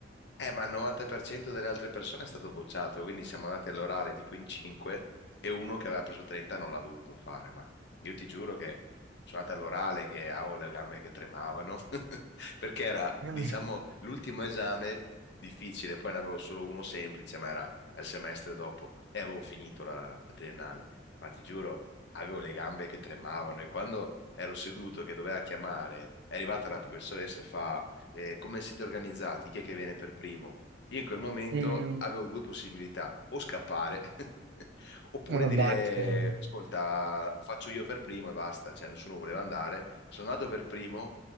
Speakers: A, on the left; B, on the right.
A: eh, ma il 90% delle altre persone è stato bocciato, quindi siamo andati all'orale tipo in 5 e uno che aveva preso 30 non l'ha dovuto fare, ma io ti giuro che sono andato all'orale che avevo le gambe che tremavano, <laughs> perché era,
B: Mm,
A: diciamo, l'ultimo esame difficile, poi ne avevo solo uno semplice, ma era il semestre dopo e avevo finito la, la triennale, ma ti giuro, avevo le gambe che tremavano e quando ero seduto che doveva chiamare, è arrivata la professoressa e fa eh, come siete organizzati, chi è che viene per primo? Io in quel momento
B: mm,
A: avevo due possibilità, o scappare <laughs> oppure
B: mannaggia,
A: dire,
B: non
A: ascolta, lo faccio io per primo e basta, cioè nessuno voleva andare, sono andato per primo